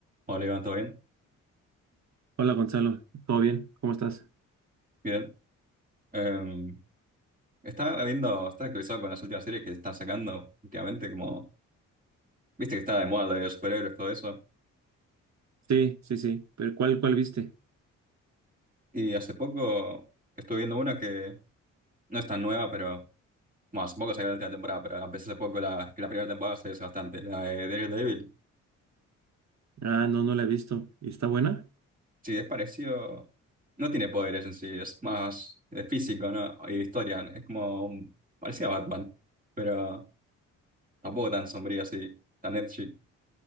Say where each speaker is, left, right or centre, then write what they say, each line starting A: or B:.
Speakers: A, on the right; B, on the right.
A: Hola Iván, ¿todo bien?
B: Hola Gonzalo, ¿todo bien? ¿Cómo estás?
A: Bien. Eh, estaba viendo, estaba actualizado con las últimas series que están sacando últimamente, como, viste que está de moda de superhéroes, todo eso.
B: Sí, sí, sí, pero ¿cuál, cuál viste?
A: Y hace poco estuve viendo una que no es tan nueva, pero, bueno, hace poco salió la última temporada, pero la empecé hace poco, la, que la primera temporada salió hace bastante, la de Daredevil.
B: Ah, no, no la he visto. ¿Y está buena?
A: Sí, es parecido, no tiene poderes en sí, es más, es físico, ¿no? Y historia, es como, un- parecía Batman, pero tampoco tan sombrío así, tan edgy.